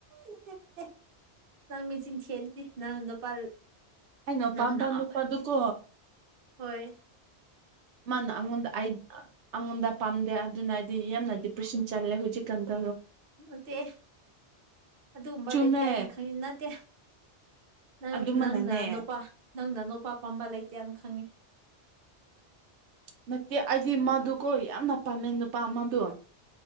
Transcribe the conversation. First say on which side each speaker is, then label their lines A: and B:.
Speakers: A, on the right; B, on the right.
A: ꯅꯠꯇꯦ ꯅꯠꯇꯦ ꯅꯪ ꯃꯆꯤꯟ ꯊꯤꯌꯦ ꯑꯗꯨꯗꯤ ꯅꯪ ꯅꯣꯄꯥ
B: ꯑꯩꯅ
A: ꯅꯪꯅ
B: ꯄꯥꯝꯕ
A: <unintelligible>
B: ꯅꯨꯄꯥꯗꯨꯀꯣ
A: ꯍꯣꯏ꯫
B: ꯃꯥꯅ ꯑꯉꯣꯟꯗ ꯑꯩ ꯑꯩꯉꯣꯟꯗ ꯄꯥꯝꯗꯦ ꯑꯗꯨꯅ ꯑꯩꯗꯤ ꯌꯥꯝꯅ ꯗꯤꯄ꯭ꯔꯦꯁꯤꯡ ꯆꯠꯂꯦ ꯍꯧꯖꯤꯛꯀꯥꯟꯗꯣ꯫
A: ꯅꯠꯇꯦ ꯑꯗꯨꯒꯨꯝꯕ
B: ꯆꯨꯝꯃꯦ
A: ꯂꯩꯇꯦ ꯑꯩꯅ ꯈꯪꯉꯤ ꯅꯠꯇꯦ꯫ ꯅꯪ
B: ꯑꯗꯨꯃꯅꯅꯦ
A: ꯅꯪꯅ ꯅꯨꯄꯥ ꯅꯪꯅ ꯅꯨꯄꯥ ꯄꯥꯝꯕ ꯂꯩꯇꯦ ꯑꯪ ꯈꯪꯉꯦ꯫
B: ꯅꯠꯇꯦ ꯑꯩꯗꯤ ꯃꯥꯗꯨꯀꯣ ꯌꯥꯝꯅ ꯄꯥꯝꯃꯦ ꯅꯨꯄꯥ ꯑꯃꯗꯣ꯫